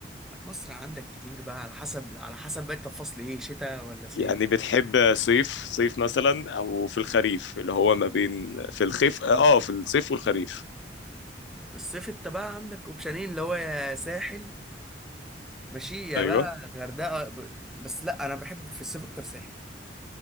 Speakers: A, in the centre; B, on the left.
A: مصر عندك كتير بقى على حسب على حسب بقى انت في فصل ايه شتاء ولا صيف
B: يعني بتحب صيف صيف مثلا او في الخريف اللي هو ما بين في الخيف اه في الصيف والخريف
A: في الصيف انت بقى عندك اوبشنين اللي هو يا ساحل ماشية
B: ايوه
A: بقى غردقة ب- بس لا أنا بحب في الصيف أكتر ساحل